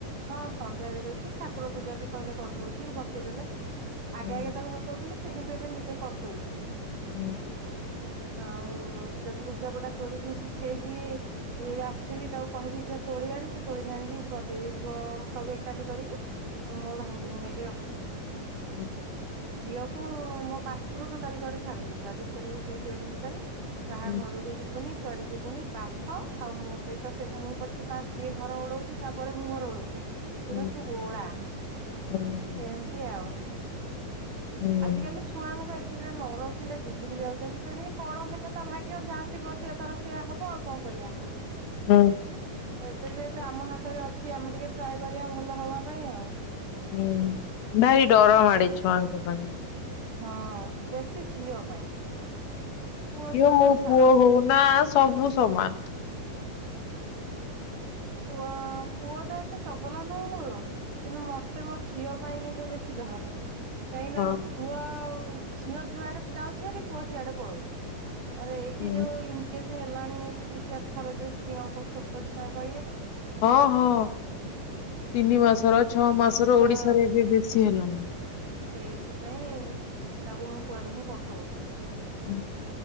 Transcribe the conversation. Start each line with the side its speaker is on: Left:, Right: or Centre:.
Right: ହଁ ସନ୍ଧ୍ୟା ଦେଇ ଦଉଛି ଠାକୁର ପୂଜା ବି କହିଲେ କରି ଦଉଛି ବତେଇଦେଲେ। ଆଗେ
Left: ହୁଁ
Right: ଆଗେ ତାକୁ ବତଉଥିଲି ସେ କିନ୍ତୁ ଏବେ ନିଜେ କରିଦଉଛି।
Left: ହୁଁ।
Right: ଆଉ ଯଦି ଲୁଗାପଡା ତୋଳିକି ଶୁଖେଇକି। ଯଦି ଆସଥିବି ତାକୁ କହିବି ଝିଅ। ତୋଳି ଆଣେ ସେ ତୋଳିକି ଆଣିକି ଗଦେଇ ଦେଇଥିବ ସବୁ ଏକାଠି କରିକି। ମୁଁ ମୋର ଭାଙ୍ଗି ଭୁଙ୍ଗିକି ରଖିବି।
Left: ଉଁ।
Right: ଝିଅକୁ ମୋ ପାଖରୁ ଟୋଟାଲ କୁଗଡେ ଛାଡୁନି ଯଦି ଖେଳିବୁ ସେଇ ଗେଟ୍ ଭିତରେ। କାହା
Left: ହୁଁ
Right: ଘରକୁ ଯିବୁନି କୁଆଡେ ଯିବୁନି ପାଠ ଆଉ ମୋ ସହିତ ସେ ମୁଁ ଛେ ତା ସିଏ ଘର ଓଳଉଛି ତାପରେ ମୁଁ ଘର ଓଳଉଛି। କିନ୍ତୁ
Left: ହୁଁ
Right: ତୁ ଓଳା‌
Left: ହୁଁ
Right: ଏମିତି ଆଉ।
Left: ହୁଁ
Right: ଆଜିକାଲି ଛୁଆଙ୍କୁ ବି ଏତିକିରେ ନ ରଖିଲେ ବିଗିଡି ଯାଉଛନ୍ତି ତେଣିକି ବଡ ହେଲେ ତା ଭାଗ୍ୟ ଯାହା। ଥୀବ ସେ ତାର ସେଆ ହବ ଆଉ କଣ କରିବା।
Left: ହଁ।
Right: ଏବେ ଯେହେତୁ ଆମ ହାତରେ ଅଛି, ଆମେ ଟିକେ ଟ୍ରାଏ କରିବା ଭଲ ହବା ପାଇଁ ଆଉ।
Left: ହୁଁ ଭାରି ଡର ମାଡେ ଛୁଆଙ୍କ ପାଇଁ।
Right: ହଁ ବେଶୀ ଝିଅ ପାଇଁ। ପୁଅ
Left: ଝିଅ
Right: ଛୁଆ
Left: ହଉ
Right: ତ ଛାଡ
Left: ପୁଅ ହଉ ନା ସବୁ ସମାନ।
Right: ପୁଅ ପୁଅଟା ଏତେ ଚଗଲା ନା ମୋର। କିନ୍ତୁ ମତେ ମୋ ଝିଅ ପାଇଁ କିନ୍ତୁ ବେଶୀ ଡର। କାଇଁନା
Left: ହଁ
Right: ପୁଅ ଆଉ ଝିଅ ଯୁଆଡେ ଯାଉଛି ହେରି ପୁଅ ସିଆଡେ ପଳଉଛି। ଆରେ ଏଇଠି
Left: ହୁଁ
Right: ଯୋଉ ଇନକେସ୍ ହେଲାଣି, ଏଇଠି ଦି ଚାରିଥର ଯୋଉ ଝିଅଙ୍କ ଛୋଟ ଛୁଆଙ୍କ ଇଏରୁ
Left: ହଁ ହଁ ତିନି ମାସର, ଛଅ ମାସର ଓଡିଶାରେ
Right: ହଁ
Left: ଏବେ ବେଶୀ ହେଲାଣି।
Right: ସେଇଥିପାଇଁ ତାକୁ ମୁଁ କୁଆଡେ ହିଁ ପଠଉନି।
Left: ହୁଁ।